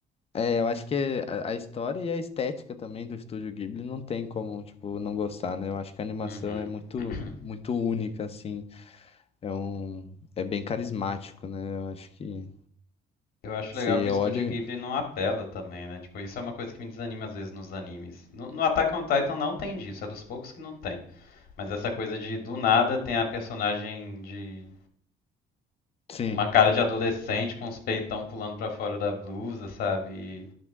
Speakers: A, on the left (about 35°); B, on the left (about 60°).
A: É, eu acho que é a, a história e a estética também do estúdio Ghibli não tem como, tipo, não gostar, né? Eu acho que a animação
B: Uhum.
A: é muito,
B: <clears throat>
A: muito única, assim. É um, é bem carismático, né? Eu acho que
B: Eu acho
A: você
B: legal que o estúdio
A: olha.
B: Ghibli não apela também, né? Tipo, isso é uma coisa que me desanima às vezes nos animes. No, no Attack on Titan não tem disso, é dos poucos que não tem. Mas essa coisa de do nada tem a personagem de
A: Sim,
B: com uma cara de adolescente, com os peitão pulando pra fora da blusa, sabe? E,